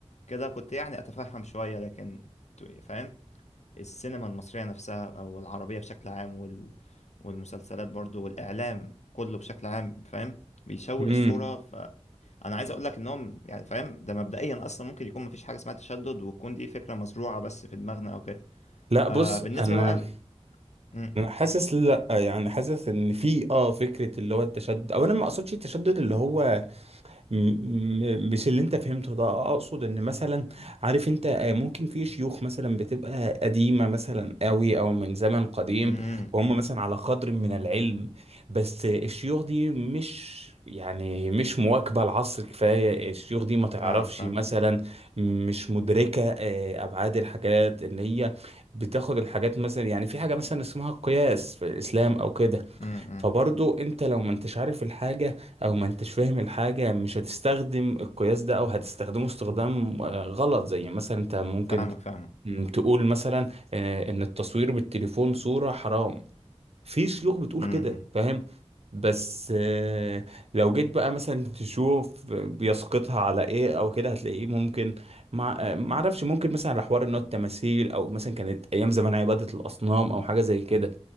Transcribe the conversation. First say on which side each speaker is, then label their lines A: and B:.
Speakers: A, on the left; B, on the right.
A: كده كنت يعني أتفهم شوية لكن تو- فاهم السينما المصرية نفسها أو العربية بشكل عام وال... والمسلسلات برضو والإعلام كله بشكل عام فاهم بيشوه
B: امم
A: الصورة فأنا عايز أقول لك إنهم يعني فاهم ده مبدئيا أصلا ممكن يكون مفيش حاجة اسمها تشدد وتكون دي فكرة مزروعة بس في دماغنا أو كده
B: لا بص
A: آه بالنسبة
B: انا
A: بقى ل... مم.
B: انا حاسس لا يعني حاسس ان في اه فكره اللي هو التشدد او انا ما اقصدش التشدد اللي هو م- مش اللي انت فهمته ده اقصد ان مثلا عارف انت آه، ممكن في شيوخ مثلا بتبقى قديمة مثلا قوي او من زمن قديم
A: مم.
B: وهم مثلا على قدر من العلم بس الشيوخ دي مش يعني مش مواكبة العصر كفاية الشيوخ دي ما تعرفش
A: فاهمك فاهم
B: مثلا مش مدركة آه، ابعاد الحاجات ان هي بتاخد الحاجات مثلا يعني في حاجة مثلا اسمها القياس في الاسلام او كده
A: مم. مم.
B: فبرضو انت لو ما انتش عارف الحاجة او ما انتش فاهم الحاجة مش هتستخدم القياس ده او هتستخدمه استخدام آه، غلط زي مثلا انت ممكن
A: فاهمك فاهمك
B: مم، تقول مثلا آه، ان التصوير بالتليفون صورة حرام في شيوخ بتقول
A: مم.
B: كده فاهم بس آه، لو جيت بقى مثلا تشوف بيسقطها على ايه او كده هتلاقيه ممكن مع ما اعرفش ممكن مثلا على حوار ان هو التماثيل او مثلا كانت ايام زمان عبادة الاصنام او حاجة زي كده